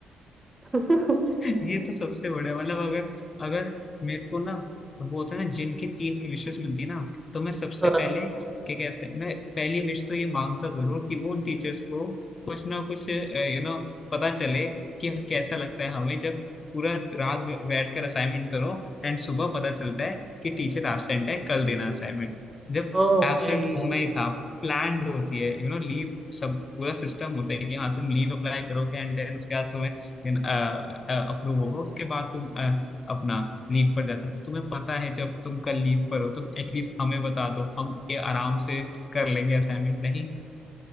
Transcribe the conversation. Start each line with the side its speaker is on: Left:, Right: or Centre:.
Right: <laughs>
Left: ये तो सबसे बड़ा मतलब अगर अगर मेरे को ना वो होता है ना जिनकी तीन विशेष मिलती ना तो मैं सबसे
Right: हाँ
Left: पहले क्या कहते हैं मैं पहली विश तो ये मांगता जरूर कि वो उन टीचर्स को कुछ ना कुछ यू नो पता चले कि कैसा लगता है हमें जब पूरा रात बै- बैठ कर असाइनमेंट करो एंड सुबह पता चलता है कि टीचर एब्सेंट है कल देना असाइनमेंट जब
Right: हाँ
Left: एब्सेंट
Right: भाई
Left: होना ही था प्लान्ड होती है यू नो लीव सब पूरा सिस्टम होता है कि हाँ तुम लीव अप्लाई करोगे एंड देन उसके बाद तुम्हें देन अप्रूव होगा उसके बाद तुम अ, अपना लीव पर जाते हो तो तुम्हें पता है जब तुम कल लीव पर हो तो एटलीस्ट हमें बता दो हम ये आराम से कर लेंगे असाइनमेंट नहीं